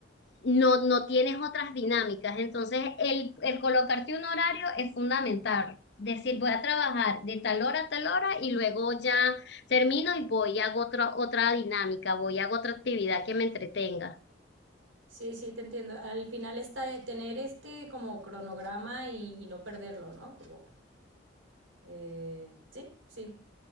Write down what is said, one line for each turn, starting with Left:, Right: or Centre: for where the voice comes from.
Left: no, no tienes otras dinámicas. Entonces, el, el colocarte un horario es fundamental. Decir, voy a trabajar de tal hora a tal hora y luego ya termino y voy y hago otra, otra dinámica, voy y hago otra actividad que me entretenga.
Right: Sí, sí, te entiendo. Al final está de tener este como cronograma y, y no perderlo, ¿no? Como, eh, sí, sí.